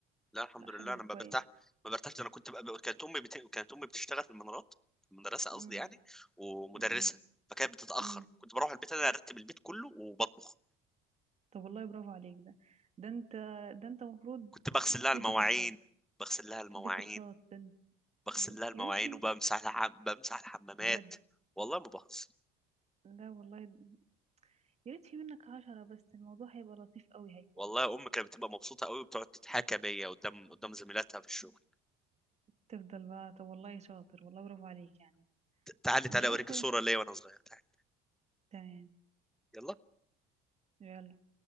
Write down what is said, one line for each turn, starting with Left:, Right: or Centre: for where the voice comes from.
Centre: لا الحمد
Right: لا حلو
Centre: لله انا
Right: كويس
Centre: ما برتاح ما برتاحش ده انا كنت بقى كانت امي بت... كانت امي بتشتغل في المنارات في المدرسه قصدي
Right: امم
Centre: يعني ومدرسه
Right: امم
Centre: فكانت بتتاخر
Right: امم
Centre: كنت بروح البيت انا ارتب البيت كله وبطبخ
Right: طب والله برافو عليك ده ده انت ده انت المفروض
Centre: كنت بغسل لها
Right: تدي
Centre: المواعين
Right: كورسات
Centre: بغسل لها المواعين
Right: تدي كورسات ده انت-
Centre: بغسل
Right: ده-
Centre: لها المواعين
Right: يا ريت في
Centre: وبمسح لها بمسح الحمامات
Right: بجد
Centre: والله ما بهزر
Right: لا والله يا ريت في منك عشرة بس الموضوع هيبقى لطيف قوي هيكون
Centre: والله امي كانت بتبقى مبسوطه قوي وبتقعد تتحكى بيا قدام قدام زميلاتها في الشغل
Right: تفضل بقى طب والله شاطر والله برافو عليك يعني
Centre: تعالي
Right: مش
Centre: تعالي
Right: عارفة
Centre: اوريك صوره ليا وانا صغير تعالي
Right: تمام
Centre: يلا
Right: يلا